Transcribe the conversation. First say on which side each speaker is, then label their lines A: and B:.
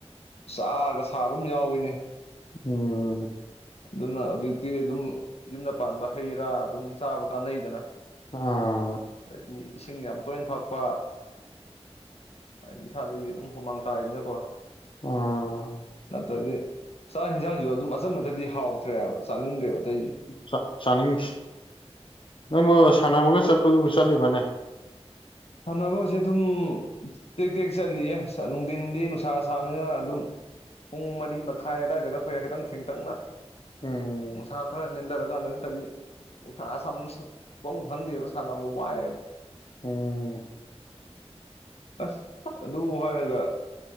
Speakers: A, on the left; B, on the left.
A: ꯁꯥꯒꯒ ꯁꯥꯕꯝ ꯌꯥꯎꯌꯤꯅꯦ
B: ꯎꯝ
A: ꯑꯗꯨꯅ ꯍꯧꯖꯤꯛꯇꯤ ꯑꯗꯨꯝ ꯌꯨꯝꯗ ꯄꯥꯟꯕ ꯍꯩ ꯔꯥ ꯑꯗꯨꯝ ꯆꯥꯕ ꯀꯥꯟꯅꯩꯗꯅ
B: ꯑꯥ
A: ꯗꯒꯤ ꯏꯁꯤꯡ ꯌꯥꯝ ꯇꯣꯏꯅ ꯊꯛꯄ ꯍꯥꯏꯗꯤ ꯏꯁꯥꯗꯒꯤ ꯑꯗꯨꯝ ꯍꯨꯃꯥꯡ ꯇꯥꯔꯤꯗꯅꯀꯣ
B: ꯎꯝ
A: ꯅꯠꯇ꯭ꯔꯗꯤ ꯆꯥꯛ ꯍꯦꯟꯖꯥꯡꯖꯨ ꯑꯗꯨꯝ ꯑꯆꯝꯕꯗꯗꯤ ꯍꯥꯎꯗ꯭ꯔꯦ ꯍꯥꯏꯕ ꯆꯥꯅꯤꯡꯗ꯭ꯔꯦꯕ ꯑꯇꯩ
B: ꯆꯥ ꯆꯥꯅꯤꯡꯗꯩ ꯅꯪꯕꯨ ꯁꯥꯟꯅꯕꯒ ꯆꯠꯄꯗꯨꯕꯨ ꯆꯠꯂꯤꯕꯅꯦ
A: ꯁꯥꯟꯅꯕꯖꯦ ꯗꯨꯝ ꯇꯦꯛ ꯇꯦꯛ ꯆꯠꯂꯤꯌꯦ ꯅꯨꯡꯊꯤꯟꯗꯤ ꯅꯨꯡꯁꯥ ꯑ ꯁꯥꯕꯅꯤꯅ ꯑꯗꯨꯝ ꯄꯨꯡ ꯃꯔꯤ ꯃꯈꯥꯏ ꯑꯗꯥꯏꯗꯒ ꯊꯣꯛꯑꯦ ꯈꯤꯇꯪ ꯊꯦꯡꯇꯛꯅ
B: ꯎꯝ
A: ꯅꯨꯡꯁꯥ ꯈꯔ ꯅꯦꯟꯗꯔꯀꯥꯟꯗ ꯅꯠꯇ꯭ꯔꯗꯤ ꯅꯨꯡꯁꯥ ꯁꯥꯝ ꯁ ꯀꯣꯡ ꯈꯪꯗꯦꯕ ꯁꯥꯟꯅꯕ ꯋꯥꯏꯑꯦꯕ
B: ꯎꯝ
A: ꯑꯁ ꯑꯗꯨ ꯍꯥꯏꯔꯒ